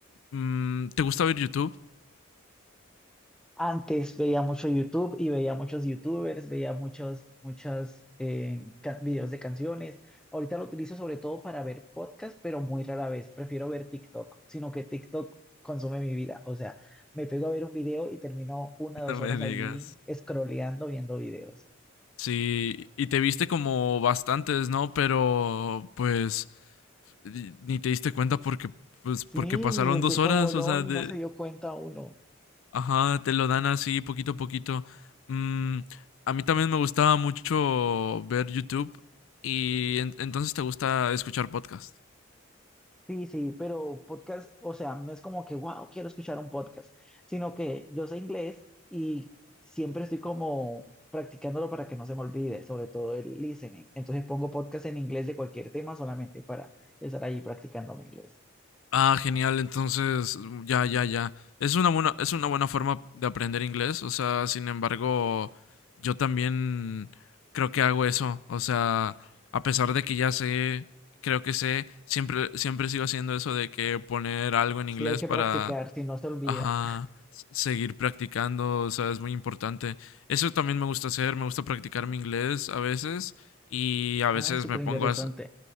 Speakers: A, on the left (about 75°); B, in the centre.
A: Mm, ¿te gusta ver YouTube?
B: Antes veía mucho YouTube y veía muchos YouTubers, veía muchos, muchos eh, videos de canciones. Ahorita lo utilizo sobre todo para ver podcasts, pero muy rara vez. Prefiero ver TikTok, sino que TikTok consume mi vida. O sea, me pego a ver un video y termino una dos
A: No
B: horas
A: me digas.
B: allí scrolleando, viendo videos.
A: Sí, y te viste como bastantes, ¿no? Pero pues y- ni te diste cuenta porque, pues,
B: Sí,
A: porque pasaron
B: el
A: dos
B: tiempo
A: horas,
B: voló
A: o sea,
B: y
A: de,
B: no se dio cuenta uno.
A: ajá, te lo dan así poquito a poquito. Mm, a mí también me gustaba mucho ver YouTube y en- entonces te gusta escuchar podcast.
B: Sí, sí, pero podcast, o sea, no es como que, wow, quiero escuchar un podcast, sino que yo sé inglés y siempre estoy como practicándolo para que no se me olvide, sobre todo el listening. Entonces pongo podcast en inglés de cualquier tema solamente para estar ahí practicando mi inglés.
A: Ah, genial. Entonces, ya, ya, ya. Es una buena, es una buena forma de aprender inglés. O sea, sin embargo, yo también creo que hago eso. O sea, a pesar de que ya sé, creo que sé, siempre, siempre sigo haciendo eso de que poner algo en
B: Sí,
A: inglés
B: hay que
A: para,
B: practicar, si no se olvida.
A: ajá, s- seguir practicando. O sea, es muy importante. Eso también me gusta hacer. Me gusta practicar mi inglés a veces y a veces
B: Ah, es súper
A: me pongo
B: interesante.
A: a,